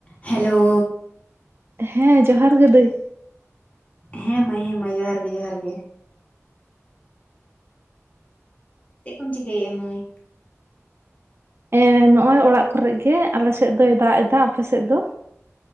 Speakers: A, on the left; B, on the right.
A: Hello.
B: ᱦᱮᱸ ᱡᱚᱦᱟᱨ ᱜᱮ ᱫᱟᱹᱭ
A: ᱦᱮᱸ ᱢᱟᱹᱭ ᱦᱮᱸ ᱢᱟᱹᱭ ᱡᱚᱦᱟᱨ ᱜᱮ ᱡᱚᱦᱟᱨ ᱜᱮ ᱾ ᱪᱮᱜ ᱠᱚᱢ ᱪᱤᱠᱟᱹᱭᱮᱜᱼᱟ ᱢᱟᱹᱭ?
B: ᱮ ᱱᱚᱜᱼᱚᱭ ᱚᱲᱟᱜ ᱠᱚᱨᱮ ᱜᱮ ᱟᱞᱮ ᱥᱮᱫ ᱫᱚᱭ ᱫᱟᱜ ᱮᱫᱟ ᱾ ᱟᱯᱮ ᱥᱮᱫ ᱫᱚ?